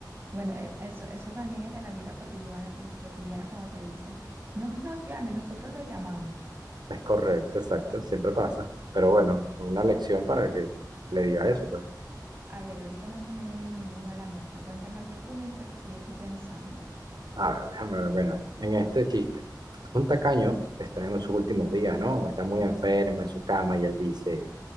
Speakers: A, on the right (about 30°); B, on the right (about 75°).
A: Bueno, e- eso, eso también es de la vida cotidiana, di- cotidiana cuando te dicen, no nos llame, nosotros lo llamamos.
B: Es correcto, exacto, siempre pasa. Pero bueno, una lección para que le diga eso, pues.
A: A ver, ahorita no se me viene ninguno a la mente. Cuéntame otro tú mientras estoy aquí pensando.
B: A ver, déjame ver, bueno, en este chiste. Un tacaño está en sus últimos días, ¿no? Está muy enfermo en su cama y él dice,